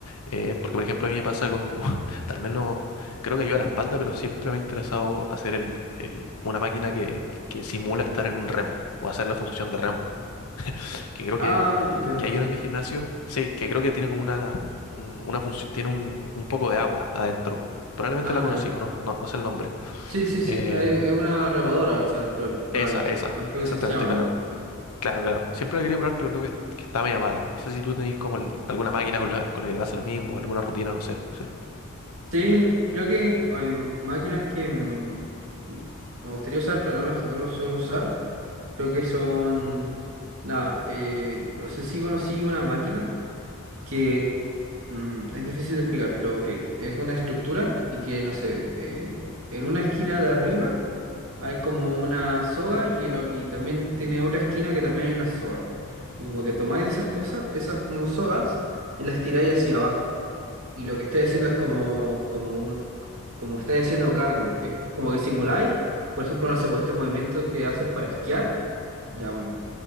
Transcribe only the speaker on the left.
Eh, porque, por ejemplo, a mí me pasa con, <laughs> tal vez no, creo que yo a la espalda, pero siempre me ha interesado hacer el, el- una máquina que, que simula estar en un remo o hacer la función de remo que creo
que,
que hay
uno en mi gimnasio, sí, que creo que tiene como una, un- una función, tiene un, un poco de agua adentro. Probablemente
la conocí,
¿o no? No, no sé el nombre.
Eh,
esa, esa,
exactamente,
claro.
Claro, claro. Siempre la quería probar, pero creo que, que está media mala. No sé si tú tenés como el- alguna máquina con la, con la que te pase lo mismo, alguna rutina, no sé. Sí,